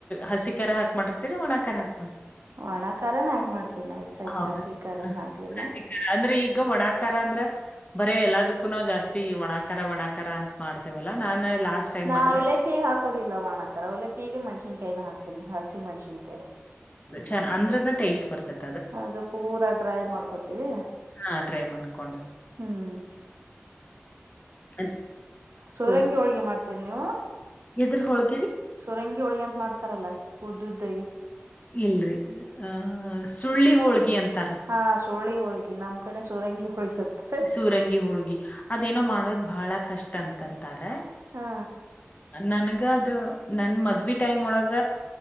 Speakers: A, on the left (about 35°); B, on the right (about 65°).
A: ಹಸಿಖರ ಹಾಕ್ ಮಾಡಿರ್ತಿರಿ ಒಣಾಖರ ಹಾಕ್ ಮಾಡ್ತರಿ
B: ಒಣ ಕಾರ ಹಾಕಿ ಮಾಡ್ತನ ಹೆಚ್ಚಾಗಿ
A: ಹೌದು.
B: ಹಸಿ ಖಾರನ ಆಗ್ಲಿಲ್ಲ
A: ಹಸಿ ಅಂದ್ರೆ ಈಗ ಒಣಾಕಾರ ಅಂದ್ರ ಬರೇ ಎಲ್ಲದಕ್ಕೂ ನಾ ಜಾಸ್ತಿ ಒಣಾಕಾರ ಒಣಾಕಾರ ಅಂತ ಮಾಡ್ತೇವಲ್ಲಾ ನಾನ್ ಲಾಸ್ಟ್ ಟೈಮ್
B: ನಾ
A: ಮಾಡ್ದಾಗ
B: ಅವಲೆಕಿ ಹಾಕೋದಿಲ್ಲ ವ ಒಾಣಾಕಾರರ ಅವಲೆಕ್ಕಾಯಿಗೆಗೆ ಮೆಣಸಿನ್ಕಾಯನ ಹಾಕ್ತೀನಿ ಹಸಿ ಮಣಸಿನ್ಕಾಯಿ
A: ಚನ್ ಅಂದ್ರನ ಟೇಸ್ಟ್ ಬರ್ತತಿ
B: ಅದು ಪೂರಾ ಡ್ರೈ ಮಾಡ್ಕೋತೀವಿ
A: ಹಾ ಟ್ರೈ ಮಾಡ್ಕೊಂಡು
B: ಹ್ಮ್
A: ಅದ್
B: ಸೂರಂಗಿ
A: ಅ
B: ಹೋಳ್ಗಿ ಮಾಡ್ತೀರಿ ನೀವು
A: ಎದ್ರ ಹೋಳ್ಗಿರಿ
B: ಸುರಂಗಿ ಹೋಳಗ ಅಂತ ಮಾಡ್ತಾರಲ್ಲ ಉದ್ದುದ್ದಾಗಿ
A: ಇಲ್ರಿ ಆಹ ಸುಳ್ಳಿ ಹೋಳ್ಗಿ ಅಂತ
B: ಹಾ ಸುಳಿ ಹೋಳ್ಗಿ ನಮ್ ಕಡೆ ಸುರಂಗಿ ಹೋಳ್ಗಿ ಅಂತ
A: ಸೂರಂಗಿ ಹುಳ್ಗಿ ಅದೇನೋ ಮಾಡೋದು ಬಹಳ ಕಷ್ಟ ಅಂತಂತಾರೆ
B: ಹಾ
A: ನನ್ಗ ಅದು ನನ್ ಮದ್ವಿ ಟೈಮ್ ಒಳಗ